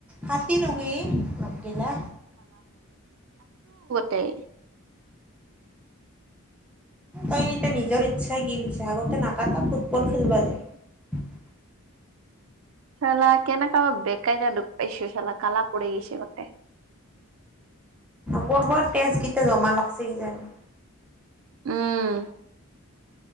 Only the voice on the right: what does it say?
তেই
চালা কেনেকব বোই ন দুপ পাইছো চাল কালাপুৰেগিছে গতে। <inaudible>
উম